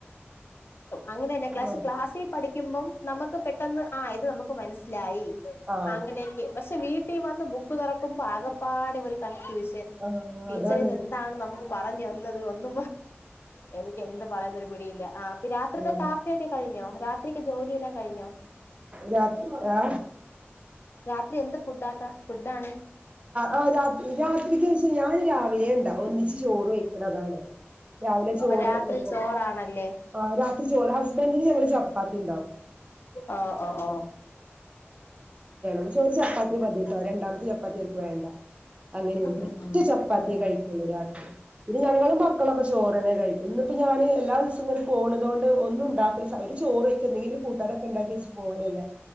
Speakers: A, on the left; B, on the right.
A: അങ്ങനെന്നെ ക്ലാസ്
B: ആ
A: ക്ലാസ്സിൽ പഠിക്കുമ്പം പെട്ടെന്ന് ആ ഇത് നമുക്ക് മനസ്സിലായി
B: ആ
A: അങ്ങനെയൊക്കെ പക്ഷെ വീട്ടിൽ വന്ന് ബുക്ക് തുറ പാകപ്പാട് ഇവർ കൺഫ്യൂഷ പെ
B: ആ
A: ടീച്ചറിന്ന്
B: അതാണ്
A: എന്താണ് നമുക്ക്, പറഞ്ഞു വന്നത് ഒന്ന എനിക്ക് എന്ത് പറയുന്നൊരു പിടിയില്ല ആ അപ്പൊ രാത്രിത്തെ
B: ആ.
A: കാപ്പിയൊക്കെ കഴിഞ്ഞോ? രാത്രിയൊക്കെ ജോലിയെല്ലാം കഴിഞ്ഞോ?
B: രാത്രി ആ
A: രാത്രി എന്ത് ഫുഡ് ആക്ക ഫുഡ ആണ്?
B: ആ രാത് രാത്രിക്കച്ച ഞാൻ രാവിലെ ഉണ്ട ഒന്നിച്ച് ചോറ് വെക്കണതാണ് രാവിലെ <inaudible>
A: അപ്പൊ
B: ഉ <unintelligible>
A: രാത്രി ചോറാണല്ലേ
B: ചപ്പാത്തിയാണ്
A: ഓ ഓ ഓ
B: പക്ഷെ ഒരു ചപ്പാത്തി മതി കേട്ടോ രണ്ടമത്തെ പപ്പ തീർക്ക വേണ്ട <inaudible> അങ്ങനെയണ്ട്
A: ഉം
B: ഒറ്റ
A: ഉം
B: ചപ്പാത്തിയും
A: ഉം
B: കഴിക്കുള്ള ഒരാക്ക് ഇെ ഞങ്ങളും മക്കളൊക്കെ ചോറന്നെ കഴിക്കും ഇന്ന് ഇപ്പോ ഞാന് എല്ലാ ദിവസങ്ങന പോണതോണ്ട് ഒന്നും ഉണ്ടാക്കല് ചോറും അയ്ക്കെന്തെങ്കിലും കൂട്ടാനൊക്കെ ഉണ്ടാക്കി വെച്ച് പോവലല്ലേ